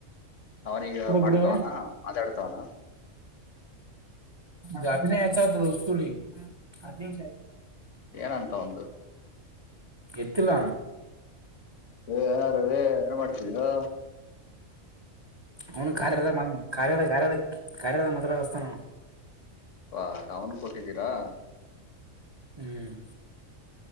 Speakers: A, on the left; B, on the right.
A: ಅವನೀಗ ಮಾಡ್ತವನ
B: ಬಿಡು
A: ಮಾತಾಡ್ತವನ
B: ಜಾತ್ರಿ ಹಚ್ಚೇರ ಆಚ್ಚತ್ ತುಳಿ ಹು ಹತ್ತ ನಿಮಿಷ ಆಯ್ತ್
A: ಏನಂತ ಆವಂದ್
B: ಎತ್ತಿಲಾ
A: ಏ ಏನಾರ ರವಿ ಏನ್ ಮಾಡ್ತಿದೋ
B: ಅವನು ಕಾರ್ಯಲ್ಲ ಕಾರ್ಯಾಲ ಕಾರ್ಯ ಕಾರ್ಯದ ಮಾತಡಾಕಹಸ್ತಾಅವ
A: ವಾ ಅವನ್ಗೂ ಕೊಟ್ಟಿದ್ದೀರಾ
B: ಹ್ಮ್